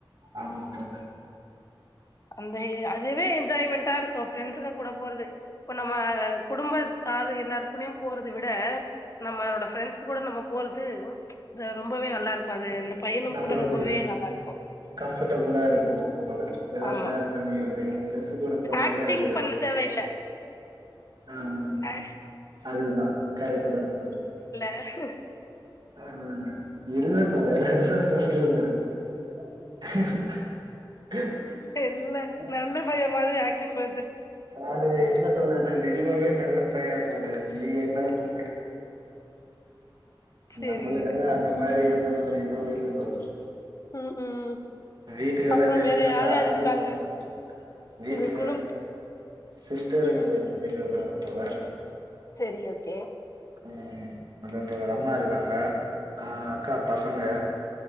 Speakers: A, on the right; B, on the left.
A: ஆமக்கா
B: அந்த அதுவே என்ஜாய்மெண்டா இருக் ஃப்ரெண்ட்ஸ்க கூட போறது இப்ப நம்ம குடும்பத்தார் எல்லாருக்குள்ளயு போறத விட நம்மளோட ஃப்ரெண்ட்ஸ் கூட நம்ம போறது ரொம்பவே நல்லாருக்கு அது பையனும்
A: நம்முளுக்கு
B: கூட ரொம்பவே
A: ஒரு
B: நல்லா இருக்கு
A: கம்ஃபர்ட்டபுளா இருக்கும் போல விளாஸ்
B: ஆமா
A: ஷேர் பண்ணிக்கிறதுக்கு ஃப்ரெண்ட்சு கூட போனாலே
B: ஆக்டிங்
A: அது ஒரு
B: பண்ண தேவையில்ல
A: ஆமா
B: ஆ-
A: அதுதா கரட்டுதா பாக்லா இருப்பால
B: அஹு
A: ம் இல்ல தோழர் <unintelligible>
B: இல்ல நல்ல பைய மாதிரி ஆக்டிங் ப
A: அதாவது இல்ல தோழர் நா நிஜமாவே நல்ல பைய தோழர் நீங்க என்ன தோழர்
B: சேரிங்க
A: நம்மளுக்கெல்லா அந்த மாரி எந்த ஒரு இதுவு இல்ல தோழர்
B: ம் ம்
A: வீட்டுக்கு எல்லா
B: அப்புறம்
A: தெரிஞ்சுச்சுனா
B: வேற யார்
A: சாவே
B: யார் இருக்காங்க
A: அச்சுருவாங்க தோழர் வீட்ல
B: உங்க குடும்பத்
A: சிஸ்டருங்க
B: ம்
A: ரெண்டு பேரு இருக்குறாங்க தோழர்
B: சரி ஓகே
A: ம் அதா தோழர் அம்மா இருக்காங்க ஆ அக்கா பசங்க